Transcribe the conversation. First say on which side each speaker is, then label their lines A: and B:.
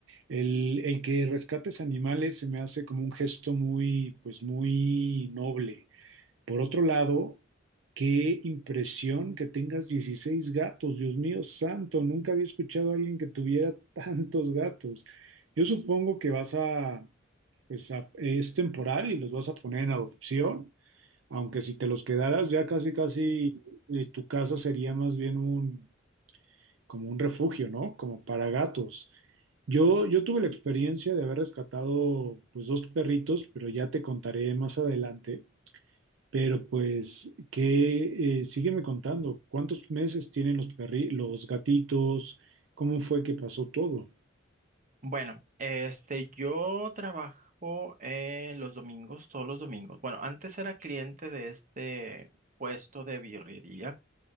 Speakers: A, on the right; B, on the right.
A: el, el que rescates animales se me hace como un gesto muy, pues muy noble. Por otro lado, qué impresión que tengas 16 gatos. Dios mío santo, nunca había escuchado a alguien que tuviera <laughs> tantos gatos. Yo supongo que vas a, pues a- es temporal y los vas a poner en adopción. Aunque si te los quedaras ya casi casi eh, tu casa sería más bien un como un refugio, ¿no? Como para gatos. Yo yo tuve la experiencia de haber rescatado pues dos perritos, pero ya te contaré más adelante. Pero pues que eh, sígueme contando, ¿cuántos meses tienen los perri los gatitos? ¿Cómo fue que pasó todo?
B: Bueno, este, yo trabajo eh, los domingos, todos los domingos. Bueno, antes era cliente de este puesto de birrería